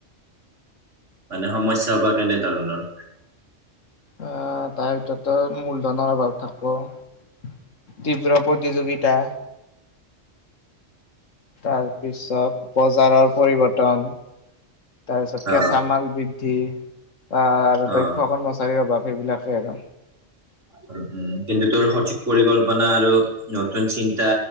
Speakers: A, on the right; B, on the left.
A: মানে সমস্যা বা কেনেধৰণৰ।
B: আহ তাৰ ভিতৰত তোৰ মূলধনৰ অভাৱ থাকব। তীব্ৰ প্ৰতিযোগিতা তাৰ পিছত বজাৰৰ পৰিবৰ্তন তাৰপিছত কেঁচা
A: অ
B: মাল বৃদ্ধি আহ আৰু
A: অ
B: দক্ষ কৰ্মচাৰীৰ অভাৱ। সেইবিলাকে আৰু।
A: উ কিন্তু তোৰ সঠিক পৰিকল্পনা আৰু নতুন চিন্তা